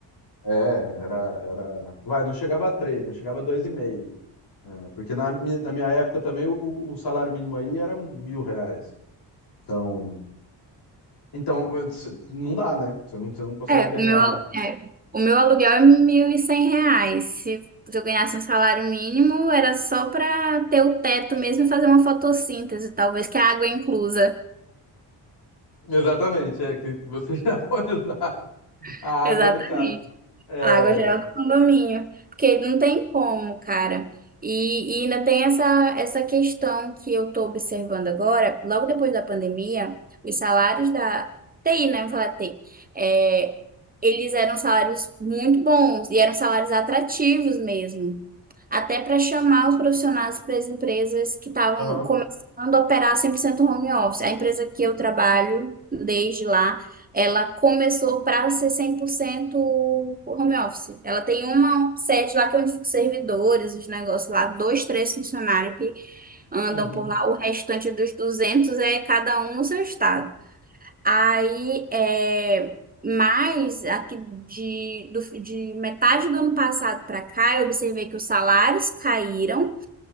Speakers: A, on the left; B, on the right.
A: é, era, era. Vai, não chegava a três, mas chegava a dois e meio. É, porque na, mi- na minha época também o, o salário mínimo aí era um mil reais. Então, então eh, c- não dá, né? Você não, você não consegue
B: É,
A: ganhar.
B: o meu, alu- é, o meu aluguel é 1.100 reais. Se eu ganhasse um salário mínimo, era só para ter o teto mesmo e fazer uma fotossíntese, talvez que a água é inclusa.
A: Exatamente, é que você <laughs> já pode usar
B: <laughs>
A: a
B: Exatamente.
A: água no caso. É.
B: A água geral do condomínio, porque não tem como, cara. E, e ainda tem essa, essa questão que eu tô observando agora, logo depois da pandemia, os salários da TI, né? Vou falar TI, é, eles eram salários muito bons e eram salários atrativos mesmo. Até para chamar os profissionais para as empresas que estavam
A: Aham.
B: começando a operar 100% home office. A empresa que eu trabalho desde lá. Ela começou para ser 100% home office. Ela tem uma sede lá que é onde ficam os servidores, os negócios lá, dois, três funcionários que andam
A: Uhum.
B: por lá. O restante dos 200 é cada um no seu estado. Aí, é, mas aqui de, do- de metade do ano passado para cá, eu observei que os salários caíram